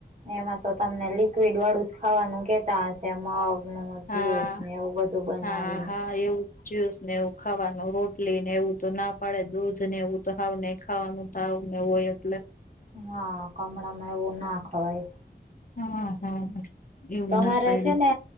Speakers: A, on the right; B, on the left.
A: એમાં તો તમને લિક્વિડ વાળું જ ખાવાનું કે કેતા હશે મગ નું
B: હા
A: જુસ ને એવું બધું બનાવીને.
B: હા હા એવું જ્યુસ ને એવું ખાવાનું રોટલી ને એવું તો ના પાડે દૂધ ને એવું તો હાવ ને ખાવાનું તાવ ને હોય એટલે.
A: હા! કમળ માં એવું ના ખવાય.
B: હા હા! એવું
A: તમારે
B: ના પાયડી
A: છે ને.